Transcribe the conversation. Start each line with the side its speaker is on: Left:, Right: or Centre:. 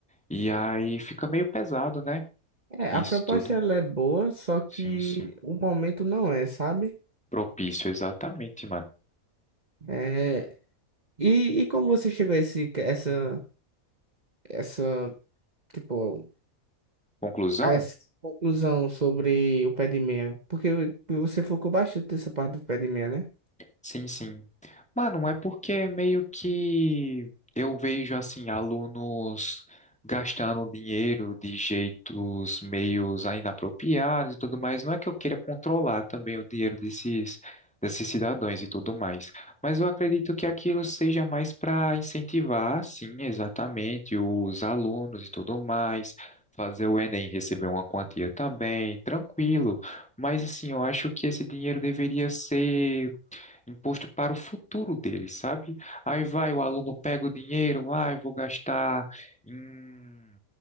Centre: E aí fica meio pesado, né?
Right: É, a
Centre: Isso
Right: proposta
Centre: tudo.
Right: ela é boa, só que
Centre: Sim, sim.
Right: o momento não é, sabe?
Centre: Propício, exatamente, mano.
Right: É, e, e como você chegou a esse, essa, essa, tipo,
Centre: Conclusão?
Right: a essa conclusão sobre o pé de meia? Porque você focou bastante nessa parte do pé de meia, né?
Centre: Sim, sim. Mano, é porque meio que eu vejo assim alunos gastando dinheiro de jeitos meios inapropriados e tudo mais. Não é que eu queira controlar também o dinheiro desses desses cidadãos e tudo mais, mas eu acredito que aquilo seja mais para incentivar, sim, exatamente, os alunos e tudo mais. Fazer o Enem receber uma quantia também, tranquilo. Mas assim, eu acho que esse dinheiro deveria ser imposto para o futuro dele, sabe? Aí vai, o aluno pega o dinheiro, ai, vou gastar em